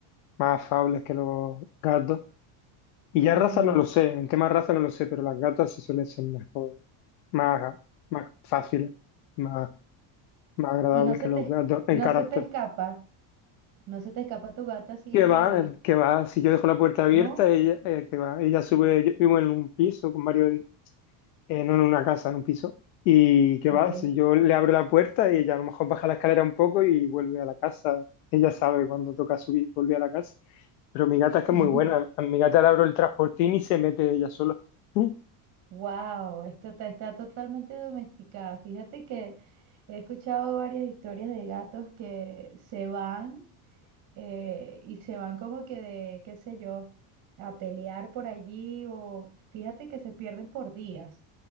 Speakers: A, on the left (about 80°); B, on the right (about 40°).
A: más afables que los gatos. Y ya
B: Mm,
A: raza no lo sé, en tema raza no lo sé, pero las gatas sí suelen ser mejor más, más fáciles, más, más agradables
B: Y no se
A: que
B: te,
A: los
B: es-
A: gatos en
B: no
A: carácter.
B: se te escapa, no se te escapa tu gata así,
A: Que va, que va, si yo dejo la puerta abierta,
B: ¿no?
A: ella, eh, que va, ella sube, yo vivo en un piso con varios, eh, no en una casa, en un piso, y que va,
B: Ok.
A: si yo le abro la puerta, ella a lo mejor baja la escalera un poco y vuelve a la casa, ella sabe cuando toca subir, vuelve a la casa, pero mi gata es que
B: <laughs>
A: es muy buena, a mi gata le abro el transportín y se mete ella sola. Mm,
B: Wow, esto está, está totalmente domesticada. Fíjate que he escuchado varias historias de gatos que se van eh, y se van como que de, qué sé yo, a pelear por allí o fíjate que se pierden por días